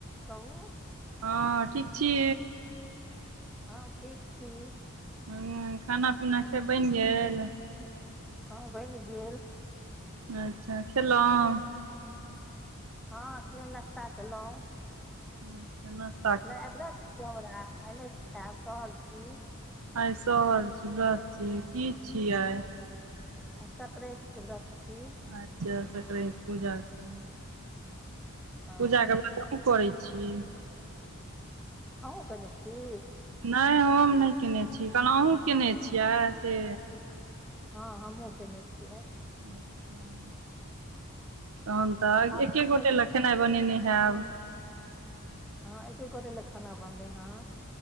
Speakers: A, in the centre; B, on the right.
A: कहू
B: हँ ठीक छी?
A: हं, ठीक छी।
B: हूँ, खाना पीना सब बैन गेल?
A: हँ, बनि गेल।
B: अच्छा, खेलौं।
A: हँ एखने नाश्ता केलौं।
B: अच्छा नश्ता।
A: नै आय वरत छी हमरा, नै खायब सहल छी।
B: आय सहल छी वर्त छी की छी आइ।
A: आय संक्रैत के व्रत छी।
B: अच्छा संक्रैत पूजा के,
A: हँ
B: पूजा के बाद अहुं करै छी?
A: अहूँ केने छी?
B: नै हम नै केने छी कहलौ, अहूँ केने छियै से।
A: हँ हमहुँ केने छियै।
B: अच्छा तखन तऽ
A: अहाँके
B: एके गोटे ले खेनाइ बनेने हेब।
A: हँ एके गोटे ले खाना बनलै हें।